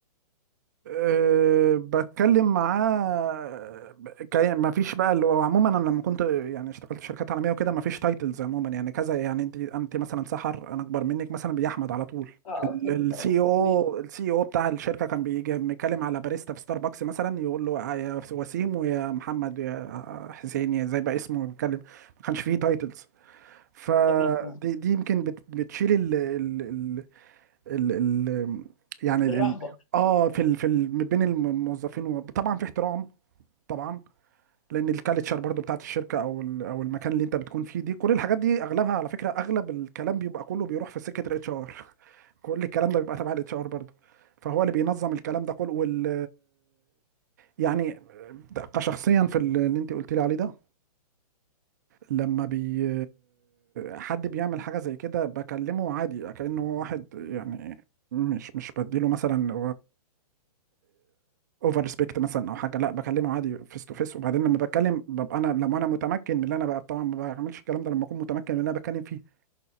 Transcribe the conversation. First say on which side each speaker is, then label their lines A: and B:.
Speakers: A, on the right; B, on the left.
A: أه بتكلم معاه كي- ما فيش بقى اللي هو عموما انا لما كنت يعني اشتغلت في شركات عالميه وكده ما فيش تايتلز عموما يعني كذا يعني انت انت مثلا سحر انا اكبر منك مثلا بيجي احمد على طول
B: اه فهمت
A: السي
B: اه
A: او
B: تمام
A: السي او بتاع الشركه كان بيجي بيتكلم على باريستا في ستاربكس مثلا يقول له آه يا وسيم ويا محمد يا حسين يا زي بقى اسمه بيتكلم ما كانش فيه تايتلز فدي
B: تمام تمام
A: دي يمكن بت- بتشيل ال ال يعني ال
B: الرهبة
A: ال اه في ال في ال بين الموظفين و- طبعا في احترام طبعا لان الكالتشر برضو بتاعت الشركه او ال او المكان اللي انت بتكون فيه دي كل الحاجات دي اغلبها على فكره اغلب الكلام بيبقى كله بيروح في سكه الاتش ار <laughs> كل الكلام ده بيبقى تبع الاتش ار برضو فهو اللي بينظم الكلام ده كله وال يعني ده- كشخصيا في ال- اللي انت قلت لي عليه ده لما بي حد بيعمل حاجة زي كده بكلمه عادي كأنه هو واحد يعني مش مش بديله مثلا اوفر ريسبكت مثلا او حاجه لا بكلمه عادي فيس تو فيس وبعدين لما بتكلم ببقى انا لما انا متمكن من اللي انا بقى طبعا ما بعملش الكلام ده لما اكون متمكن من اللي انا بتكلم فيه